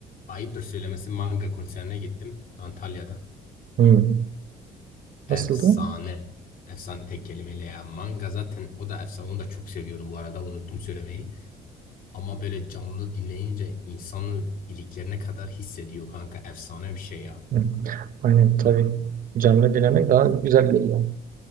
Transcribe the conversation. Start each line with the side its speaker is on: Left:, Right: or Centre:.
Left: ayıptır söylemesi manga konserine gittim Antalya'da.
Right: Hı. Nasıldı?
Left: Efsane. Efsane tek kelimeyle ya. Manga zaten o da efsane. Onu da çok seviyorum bu arada. Unuttum söylemeyi. Ama böyle canlı dinleyince insanı iliklerine kadar hissediyor kanka. Efsane bir şey
Right: Hı. Aynen tabii canlı dinlemek
Left: ya.
Right: daha güzel geliyor.